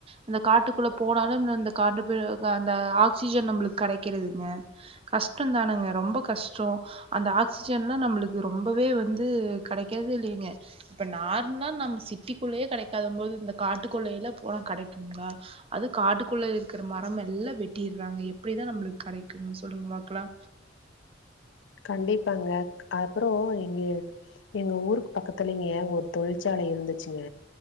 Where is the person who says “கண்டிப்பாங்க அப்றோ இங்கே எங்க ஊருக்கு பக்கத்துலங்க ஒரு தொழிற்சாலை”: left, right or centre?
Left